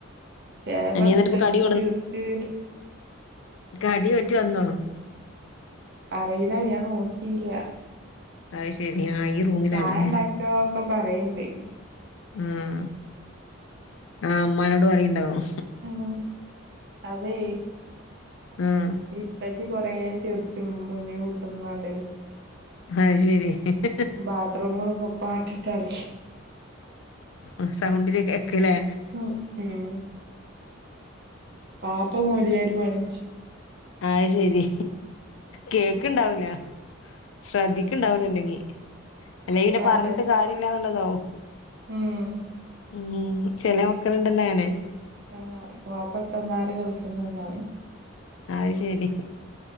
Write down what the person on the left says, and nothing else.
അനിയ എന്നിട്ടിപ്പ
കടി
കടിയായിറ്റ് വന്നോ?
അ ശരി ആ റൂമിലാണല്ലേ
ം ആ മ്മാനോട് പറീൻണ്ടാവും.
ം
അത് ശരി ഹ്ഹ്
ആഹ് സൗണ്ടില് കേക്കലെ?
അയ്ശെരി കേക്കണ്ടാവൂല ശ്രദ്ധിക്കണ്ടാവലോല്ലെങ്കി അല്ല ഇനെ
പറഞ്ഞിട്ട് കാര്യല്ലന്നുള്ളതാവും
ഉം ചെില മക്കൾുണ്ടല്ലോ ങ്ങനെ
അയ്ശരി